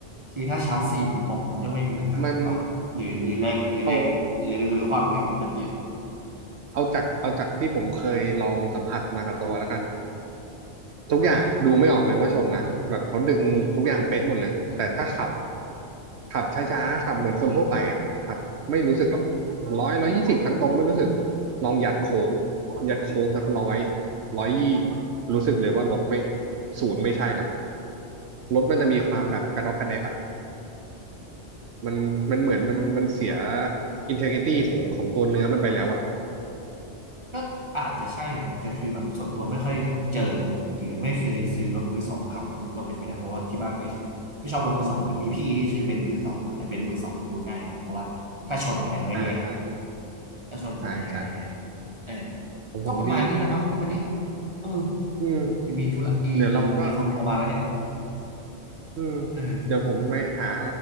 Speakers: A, on the right; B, on the right.
A: คือถ้าชาร์จสี่มันตรงมันก็ไม่มีปัญหาหรอปะหรือหรือแรงหรือแรงหรือหรือความหนืดมันจะเปลี่ยน
B: มันเอาเอาจากเอาจากที่ผมเคยลองสัมผัสมากับตัวแล้วกัน ทุกอย่างดูไม่ออกเลยว่าชนนะแบบเขาดึงทุกอย่างเป๊ะหมดเลยแต่ถ้าขับ
A: อืม
B: ขับช้าๆขับเหมือนคนทั่วไปอ่ะขับไม่รู้สึกหรอกร้อยร้อยยี่สิบทางตรงไม่รู้สึกลองยัดโค้งยัดโค้งสักร้อยร้อยยี่รู้สึกเลยว่ารถไม่ศูนย์ไม่ใช่ละรถมันจะมีความแบบกระดอกกระแดกอ่ะมันมันเหมือนมันมันเสียอินเทอร์ t y ตี้ของของตัวเนื้อมันไปแล้วอ่ะ
A: ก็อาจจะใช่มั้งแต่คือแบบส่วนตัวไม่ค่อยเจอหรือไม่เคยซื้อรถมือสองขับก็มือก็เป็นไปได้เพราะว่าที่บ้านไม่ไม่ชอบรถมือสองเนี่ยมีพี่ที่ซื้อเบนซ์มือสองมาแต่เบนซ์มือสองมันดูง่ายนะเพราะว่าถ้าชนยังไงมันก็แยก
B: อ่าใช่
A: ถ้าชนมันยังไงมันก็แยก
B: ใช่ใช่
A: เออ
B: ของผมนี่
A: ก็ประมาณนี้ละมั้งวันนี้เออ
B: อืม
A: มีธุระอี
B: เดี๋ยวเราก็
A: มีคนโทรมาแล้วเนี่ย
B: อืม
A: เออ
B: เดี๋ยวผมไปหา